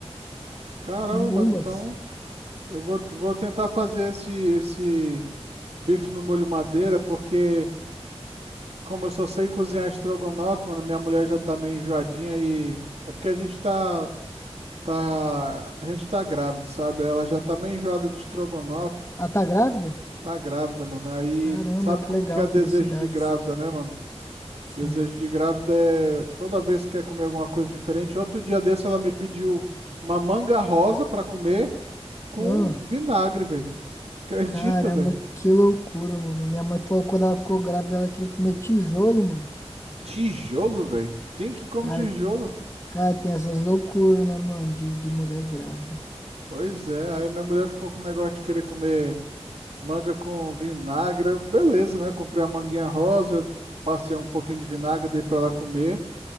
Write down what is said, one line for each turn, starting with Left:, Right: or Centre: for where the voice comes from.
Right: Caramba,
Left: e bombas.
Right: mano, então eu vou, vou tentar fazer esse, esse bife no molho madeira, porque como eu só sei cozinhar estrogonofe, mano, minha mulher já tá meio enjoadinha e é porque a gente tá, tá, a gente tá grávido, sabe? Ela já tá meio enjoada de estrogonofe,
Left: Ah, tá grávida?
Right: tá grávida, mano. Aí
Left: Caramba,
Right: sabe
Left: que
Right: como
Left: legal,
Right: que é desejo
Left: felicidades.
Right: de grávida, né, mano?
Left: Sim.
Right: Desejo de grávida é toda vez que quer comer alguma coisa diferente. Outro dia desse ela me pediu uma manga rosa pra comer com
Left: Ah.
Right: vinagre, velho. Acredita,
Left: Caramba,
Right: velho?
Left: que loucura, mano. Minha mãe falou que quando ela ficou grávida, ela queria comer tijolo, mano.
Right: Tijolo, velho? Quem que come
Left: Cara,
Right: tijolo?
Left: cara, tem essas loucuras, né, mano, de, de mulher grávida.
Right: Pois é, aí minha mulher ficou com o negócio de querer comer manga com vinagre. Eu, Beleza, né? Comprei a manguinha rosa, passei um pouquinho de vinagre, dei pra ela comer.